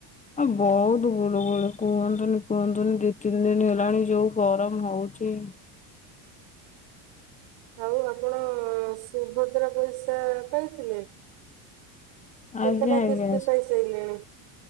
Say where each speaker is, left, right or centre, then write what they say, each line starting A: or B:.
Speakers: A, on the left; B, on the right.
A: ଆ ବହୁତ ଗୁଳୁଗୁଳି କୁହନ୍ତୁନି କୁହନ୍ତୁନି ଦି ତିନି ଦିନ ହେଲାଣି ଯୋଉ ଗରମ ହଉଛି
B: ଆଉ ଆପଣ ସୁଭଦ୍ରା ପଇସା ପାଇଥିଲେ। କେତେଟା
A: ଆଜ୍ଞା ଆଜ୍ଞା
B: କିସ୍ତି ପାଇ ସାଇଲେଣି?